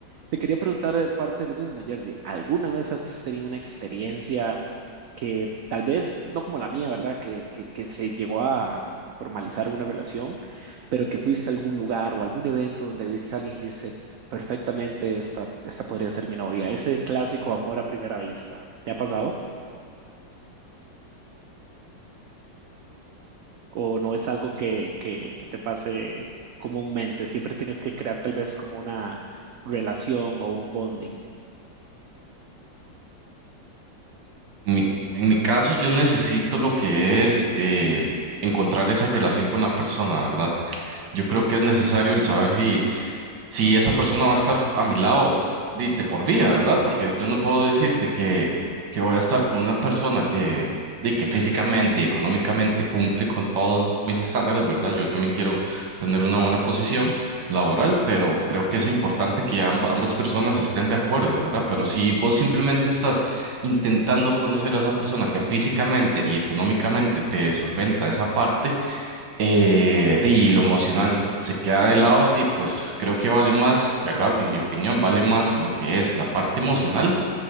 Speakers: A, on the right; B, on the right.
A: Te quería preguntar de parte de lo mismo, Jerdy, ¿alguna vez has tenido una experiencia? que tal vez no como la mía, ¿verdad? Que, que, que se llegó a formalizar una relación, pero que fuiste a algún lugar o algún evento donde viste a alguien y dijiste, perfectamente, esta, esta podría ser mi novia. Ese clásico amor a primera vista, ¿te ha pasado? ¿O no es algo que, que, que te pase comúnmente? Siempre tienes que crear tal vez como una relación o un bonding.
B: En mi, en mi caso, yo necesito lo que es eh, encontrar esa relación con la persona, ¿verdad? Yo creo que es necesario el saber si, si esa persona va a estar a mi lado de, de por vida, ¿verdad? Porque yo no puedo decirte que, que voy a estar con una persona que, de que físicamente y económicamente cumple con todos mis estándares, ¿verdad? Yo también quiero tener una buena posición laboral, pero creo que es importante que amb- ambas personas estén de acuerdo, ¿verdad? Pero si vos simplemente estás intentando conocer a esa persona que físicamente y económicamente te solventa esa parte, eh, di, y lo emocional se queda de lado y pues creo que vale más, ¿verdad? En mi opinión, vale más lo que es la parte emocional